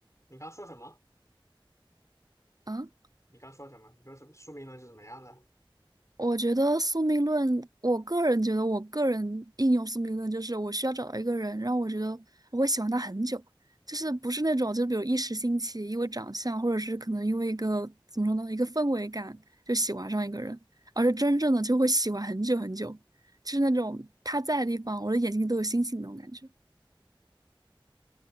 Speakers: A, on the left (about 35°); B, on the right (about 45°).
A: 你刚说什么？
B: 啊，
A: 你刚说什么？你说什么？宿命论是怎么样的？
B: 我觉得宿命论，我个人觉得，我个人应用宿命论就是我需要找到一个人，让我觉得我会喜欢他很久，就是不是那种就比如一时兴起，因为长相，或者是可能因为一个怎么说呢，一个氛围感就喜欢上一个人，而是真正的就会喜欢很久很久，就是那种他在的地方，我的眼睛都有星星那种感觉。